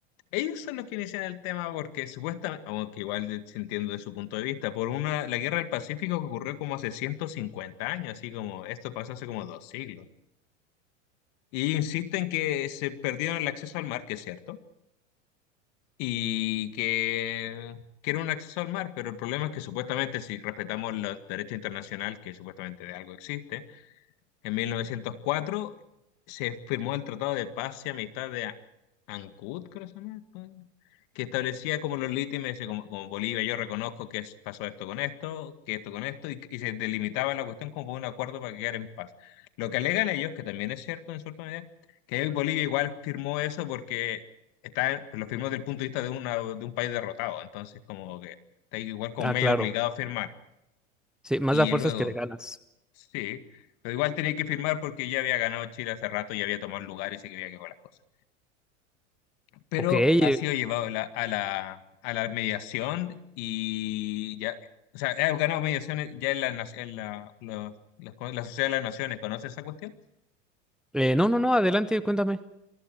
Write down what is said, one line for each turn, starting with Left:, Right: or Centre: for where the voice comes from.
Left: ellos son los que inician el tema porque supuestamente, aunque igual de- se entiende de su punto de vista, por una, la guerra del Pacífico que ocurrió como hace 150 años, así como esto pasó hace como dos siglos. Y insisten que se perdieron el acceso al mar, que es cierto, y que, que era un acceso al mar, pero el problema es que supuestamente si respetamos los derechos internacional, que supuestamente de algo existe, en 1904 se firmó el Tratado de Paz y Amistad de A- Ancud, creo que se llama, ¿no? que establecía como los límites, así como, como Bolivia, yo reconozco que es- pasó esto con esto, que esto con esto, y, y se delimitaba la cuestión como por un acuerdo para quedar en paz. Lo que alegan ellos, que también es cierto en cierta medida, que Bolivia igual firmó eso porque está, lo firmó desde el punto de vista de, una, de un país derrotado, entonces como que está igual como
Centre: Ah,
Left: medio
Centre: claro.
Left: obligado a firmar.
Centre: Sí, más
Left: Y
Centre: da fuerzas
Left: luego,
Centre: que de ganas.
Left: Sí, pero igual tenía que firmar porque ya había ganado Chile hace rato y había tomado el lugar y se quería que con las cosas. Pero
Centre: Ok, eh,
Left: ha sido llevado a la, a la, a la mediación y ya, o sea, ha ganado mediaciones ya en la, nac- en la, los- los- la Sociedad de las Naciones. ¿Conoce esa cuestión?
Centre: eh, no, no, no, adelante, cuéntame.